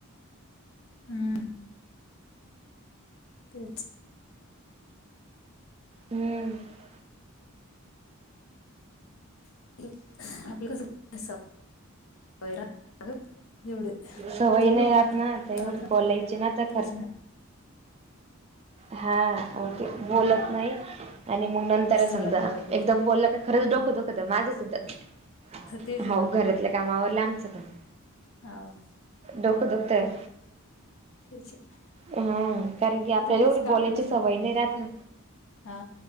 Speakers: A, on the left; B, on the right.
A: हम तेच
B: हम्म
A: हॅलो <unintelligible> आपलं कस <unintelligible> वय राहत ना ग एवढं <unintelligible>
B: सवय नाही
A: बोल तू
B: राहत
A: बोल
B: ना
A: आवाज येतो
B: तर एवढी बोलायची
A: काय
B: ना
A: <unintelligible>
B: तर
A: काहीच
B: खर
A: येना
B: हा ओके बोलत नाही आणि मग नंतर
A: झालं
B: समजा
A: घरातलं
B: एकदम बोललं का खरंच डोकं दुखत माझं सुद्धा
A: तेच आहे
B: हाव
A: ना
B: घरातल काम आवरल आमचं पण
A: हाव
B: डोक दुखतंय
A: तेच आहे.
B: हम कारण की आपल्याला
A: आता काहीच
B: एवढी
A: काम
B: बोलायची
A: नसत
B: सवय नाही राहत ना
A: हा